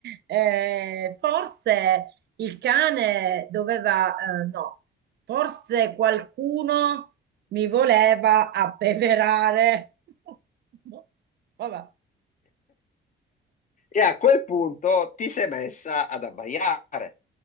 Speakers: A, on the right; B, on the left.
A: Eh, forse il cane doveva, eh, no, forse qualcuno mi voleva appeverare. <laughs> Vabbè.
B: E a quel punto ti sei messa ad abbaiare.